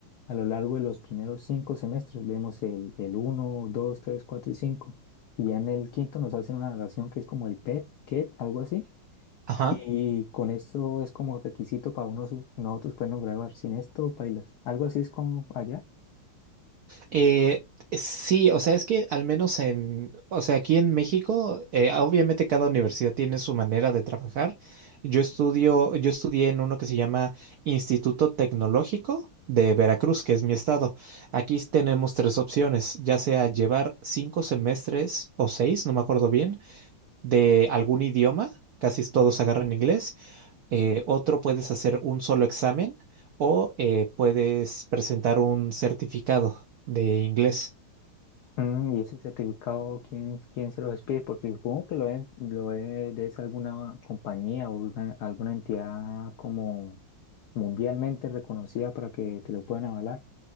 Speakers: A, on the left; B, on the right.
A: a lo largo de los primeros cinco semestres, vemos el, el uno, 2, 3, 4 y 5, y ya en el quinto nos hacen una evaluación que es como el PET, KET, algo así,
B: Ajá.
A: y con eso es como requisito para uno, su- nosotros podernos graduar, sin esto, pailas. Algo así es como allá.
B: Eh, sí, o sea, es que al menos en, o sea, aquí en México, eh, obviamente cada universidad tiene su manera de trabajar. Yo estudio, yo estudié en uno que se llama Instituto Tecnológico de Veracruz, que es mi estado. Aquí tenemos tres opciones, ya sea llevar cinco semestres o seis, no me acuerdo bien, de algún idioma. Casi todos agarran inglés eh, otro puedes hacer un solo examen o eh, puedes presentar un certificado de inglés.
A: Mm, ¿Y ese certificado quién, quién se lo despide? Porque supongo que lo, deben- lo debe, debe ser alguna compañía o alguna, alguna entidad como mundialmente reconocida para que te lo puedan avalar.